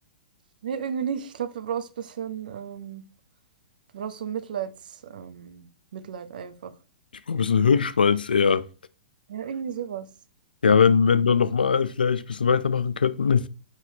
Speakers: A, on the right (about 70°); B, on the left (about 80°).
A: Nee, irgendwie nicht. Ich glaube, du brauchst ein bisschen, ähm, du brauchst so Mitleids, ähm, Mitleid einfach.
B: Ich brauche ein bisschen Hirnschmalz eher.
A: Ja, irgendwie sowas.
B: Ja, wenn, wenn wir nochmal vielleicht ein bisschen weitermachen könnten.